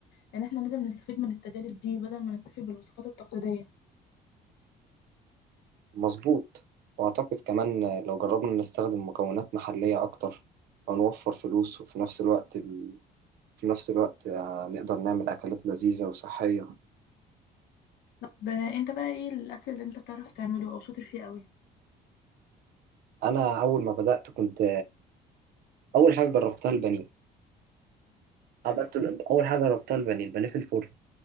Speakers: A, on the left (about 80°); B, on the right (about 65°).
A: يعني احنا لازم نستفيد من التجارب دي بدل ما نكتفي بالوصفات التقليدية
B: مظبوط وأعتقد كمان لو جربنا نستخدم مكونات محلية أكتر هنوفر فلوس وفي نفس الوقت ال... في نفس الوقت نقدر نعمل أكلات لذيذة وصحية
A: طب آه، انت بقى ايه الاكل اللي انت بتعرف تعمله او شاطر فيه قوي
B: أنا أول ما بدأت كنت أول حاجة جربتها البانيه عملت ال- أول حاجة جربتها البانيه البانيه في الفرن